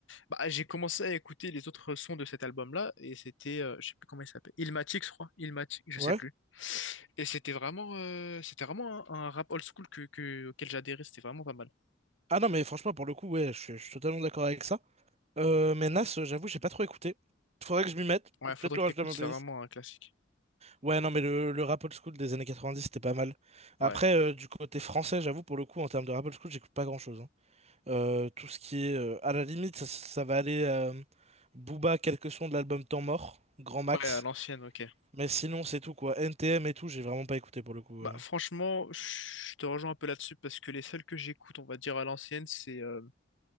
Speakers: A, on the left (about 75°); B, on the right (about 35°).
A: Bah, j'ai commencé à écouter les autres sons de cet album-là, et c'était, euh, je sais plus comment il s'appelle, Illmatic, je crois, Illmatic, je
B: Ouais.
A: sais plus. Et c'était vraiment, euh, c'était vraiment un, un rap old school que, que- auquel j'adhérais, c'était vraiment pas mal.
B: Ah non, mais franchement, pour le coup, ouais, je suis je suis totalement d'accord avec ça. Euh, mais Nas, euh, j'avoue, j'ai pas trop écouté. Faudrait que je m'y mette.
A: Ouais,
B: Je vais
A: faudrait
B: Peut-être le
A: que t'écoutes,
B: rajouter à ma
A: c'est
B: playlist.
A: vraiment un classique.
B: Ouais, non, mais le, le rap old school des années 90, c'était pas mal.
A: Ouais.
B: Après, euh, du côté français, j'avoue, pour le coup, en termes de rap old school, j'écoute pas grand-chose. hein. Euh, tout ce qui est... euh, à la limite, ça, ça va aller... euh, Booba, quelques sons de l'album Temps Mort, Grand Max.
A: Ouais, à l'ancienne, ok.
B: Mais sinon, c'est tout quoi. NTM et tout, j'ai vraiment pas écouté pour le coup.
A: Bah,
B: euh.
A: franchement, je te rejoins un peu là-dessus parce que les seuls que j'écoute, on va dire à l'ancienne, c'est euh,